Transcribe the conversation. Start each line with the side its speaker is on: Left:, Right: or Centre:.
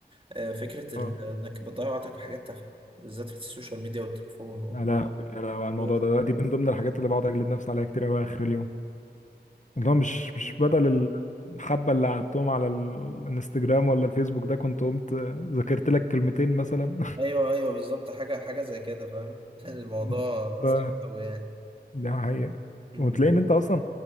Right: آه، فكرة ال-
Left: اه
Right: إنك بتضيع وقتك في حاجات تافهة بالذات في السوشيال ميديا والتليفون
Left: يا لهوي يا لهوي
Right: والشغل
Left: على الموضوع ده
Right: ده
Left: دي من ضمن الحاجات اللي بقعد اجلد نفسي عليها كتير قوي اخر اليوم اللي هو مش مش
Right: مم.
Left: بدل الحبه اللي قعدتهم على ال- الانستجرام ولا الفيسبوك ده كنت قمت ذاكرت لك كلمتين مثلا
Right: أيوه أيوه بالظبط حاجة حاجة زي كده فاهم <laughs> الموضوع
Left: <laughs> ده
Right: صعب أوي يعني
Left: ده حقيقه
Right: مم.
Left: وتلاقي ان انت اصلا